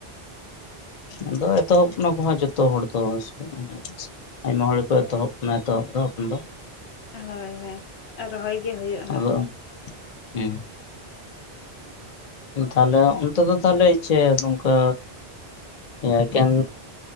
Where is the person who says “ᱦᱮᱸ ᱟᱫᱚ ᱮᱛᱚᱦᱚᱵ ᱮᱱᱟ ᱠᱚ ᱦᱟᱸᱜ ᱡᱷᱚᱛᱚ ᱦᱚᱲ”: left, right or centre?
Left